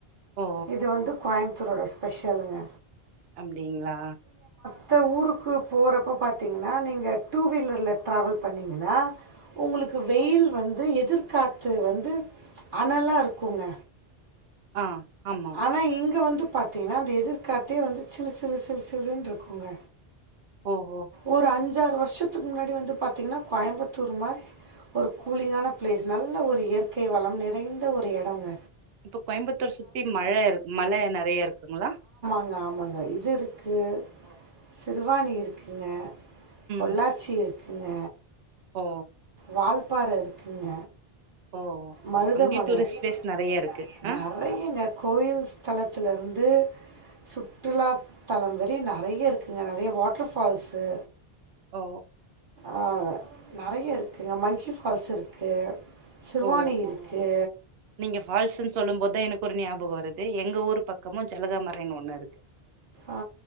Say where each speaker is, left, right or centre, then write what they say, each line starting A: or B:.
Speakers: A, on the right; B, on the right.
A: ஓ
B: இது வந்து கோயம் த்தரோட ஸ்பெஷலுங்க
A: அப்டிங்களா
B: மத்த ஊருக்கு போறப்போ பாத்தீங்கன்னா நீங்க டூ வீலர்ல ட்ராவல் பண்ணிங்கன்னா உங்களுக்கு வெயில் வந் ந்து எதிர்காத்து வந்து அனலாருக் க்குங்க
A: ஆ ஆமா
B: ஆனா இங்க வந்து பாத்தீங்கன்னா அந்த எதிர்கா்த்தே வந்து சிலு சிலு சிலு சிலுன்னுருக்குங்க
A: ஓஹோ
B: ஒரு அஞ்சா த்து வருஷத்துக்கு முன்னாடி வந்து பாத்திங்கன்னா கோயம்புத்தூர் மாரி ஒரு கூலிங்கான பிளேஸ் நல்ல ஒரு இயற்கை வளம் நிறைந்த ஒரு எடங்க
A: இப்போ கோயம்புத்தூர் சுத் த்தி மல மல நெறையா இருக்குங்களா
B: ங்க ஆமாங்க இது இருக் க்கு சிறுவாணி இருக்குங்க பொள்ளாச்சி
A: ம்.
B: இருக் ங்க
A: ஓ
B: வால்பாற இருக்குங்க
A: ஓ
B: மருதமல
A: அங்கயு டூரிஸ்ட்
B: <inaudible>
A: நெறைய இருக்கு ஆ
B: நெறையங்க கோயில் ஸ்தலத்துல இருந் இது சுற்றுலாத்தலோ மாரி நெறைய இருக்குங்க நெறைய வாட்டர் ஃபால்ஸு
A: ஓ
B: ஆஹ் நெறைய இருக்குங்க மங்கி ஃபால்ஸ் இருக்கு சிறுவாணி
A: ஓ
B: இருக்கு.
A: நீங்க ஃபால்ஸ்ன்னு சொல்லும்போதுதா எனக் <unintelligible> ஞாபகோ வருது து எங்க ஊர் பக்கமு ஜலகா மறைன் ஒன்னு இருக் <unintelligible>
B: ஆ